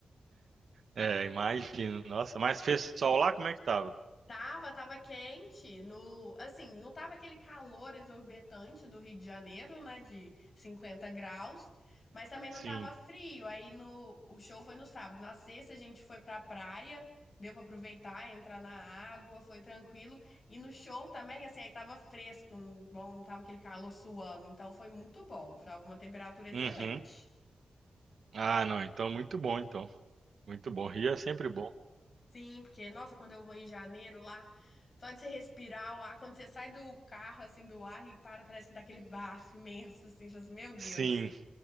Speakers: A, on the right; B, on the left.
A: é, imagino, nossa, mas fez sol lá, como é que tava?
B: Tava, tava quente, no, assim, não tava aquele calor exorbitante do Rio de Janeiro, né, de 50 graus, mas também não
A: Sim,
B: tava frio. Aí no, o show foi no sábado. Na sexta a gente foi pra praia, deu pra aproveitar, entrar na água, foi tranquilo. E no show também, assim, aí tava fresco, não- bom, não tava aquele calor suando, então foi muito bom. Tava uma temperatura excelente.
A: uhum. Ah, não, então muito bom, então. Muito bom. Rio é sempre bom.
B: Sim, porque, nossa, quando eu vou em janeiro lá, só de você respirar o ar, quando você sai do carro, assim, do ar e para, parece que dá aquele bafo imenso, assim, tipo assim, meu Deus.
A: Sim,